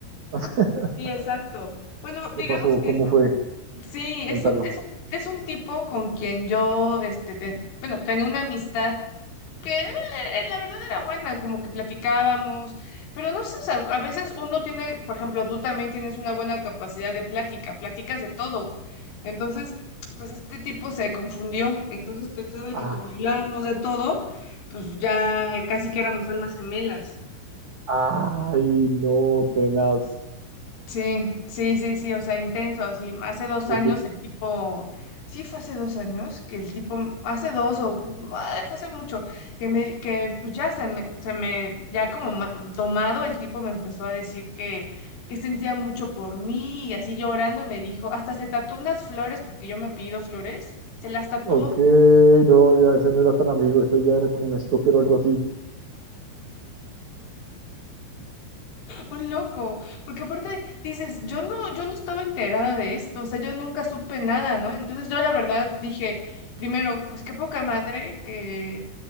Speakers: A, on the right (about 55°); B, on the left (about 70°).
A: <laughs>
B: sí, exacto. Bueno, digamos
A: ¿Qué pasó?
B: que
A: ¿Cómo fue?
B: sí,
A: Cuéntalo.
B: es un, es un, es un tipo con quien yo, este, te- bueno, tenía una amistad que eh, la verdad era buena, como que platicábamos, pero no sé, o sea, a veces uno tiene, por ejemplo, tú también tienes una buena capacidad de plática, platicas de todo. Entonces, pues este tipo se confundió, entonces pensaba
A: Ah,
B: que como hablábamos de todo, pues ya casi que éramos almas gemelas.
A: ay, no, tenaz.
B: Sí, sí, sí, sí, o sea, intenso, así. Hace dos
A: Pero
B: años
A: tú-
B: el tipo, sí fue hace dos años, que el tipo, hace dos o, ay, fue hace mucho, que me, que pues ya se me, se me, ya como ma- tomado, el tipo me empezó a decir que, que sentía mucho por mí y así llorando me dijo, hasta se tatuó unas flores porque yo me he pedido flores, se las tatuó.
A: Ok, no, ya ese no era tan amigo, ese ya era como un stalker o algo así.
B: Un loco, porque aparte dices, yo no, yo no estaba enterada de esto, o sea, yo nunca supe nada, ¿no? Entonces yo la verdad dije, primero, pues qué poca madre que